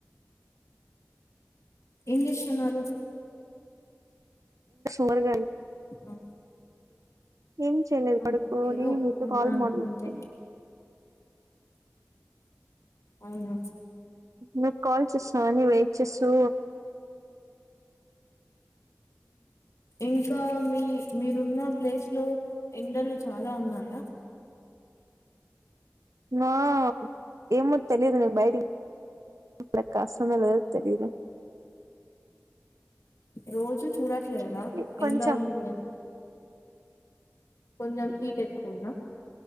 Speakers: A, on the left; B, on the right.
A: ఏం చేస్తుంటారు
B: తరగ
A: అ
B: ఏం చేయలేదు
A: ఆ
B: పడుకొని
A: ఏదో
B: మీతో
A: ఉన్నాను
B: కాల్ మాట్లాడుతున్నా
A: అంతే అవును
B: నాకు కాల్ చేసాని వెయిట్ చేస్తా
A: ఇంకా మీ మీరున్న ప్లేస్ లో ఎండలు చాలా ఉన్నాయి
B: వివో ఏమి తెలిదు న బయ <unintelligible> నల తెలిదు
A: రోజూ చూడట్లేదా
B: ఉంది, కొంచెం
A: ఎంత ఉంది కొంచెం హీట్ ఎక్కువండి